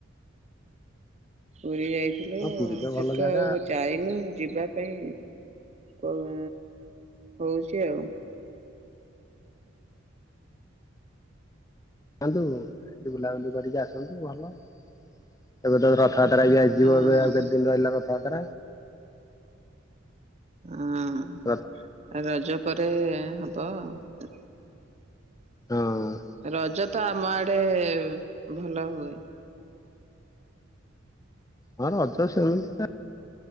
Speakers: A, on the right; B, on the left.
A: ପୁରୀ ଯାଇ ଥିଲୁ
B: ହଁ ପୁରୀ ତ
A: ସେଠୁ
B: ଭଲ ଜାଗା
A: ଆଉ ଯାଇନୁ ଯିବା ପାଇଁ କଉ ହଉଛି ଆଉ।
B: ଯାନ୍ତୁ ବୁଲାବୁଲି କରିକି ଆସନ୍ତୁ ଭଲ ଏବେ ତ ପୁରା ରଥଯାତ୍ରା ଆସିଯିବ
A: ହଁ
B: ଏବେ ଆଉ କେତେ ଦିନ ରହିଲା ରଥଯାତ୍ରା
A: ହଁ
B: ରଥ
A: ରଜ ପରେ ହବ ତ
B: ହଁ
A: ରଜ ତ ଆମ ଆଡେ ଭଲ ହୁଏ।
B: ହଁ ରଜ ସେମି